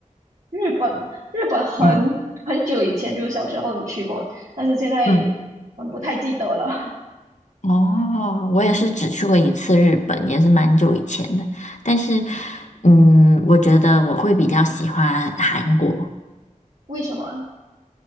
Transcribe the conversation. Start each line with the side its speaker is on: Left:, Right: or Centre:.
Right: 日本日本很很久以前就是小时候有去过，
Left: 嗯
Right: 但是现在
Left: 嗯。
Right: 嗯不太记得了。<laughs>
Left: 哦，我也是只去过一次日本，也是蛮久以前的。但是，嗯，我觉得我会比较喜欢韩国，
Right: 为什么？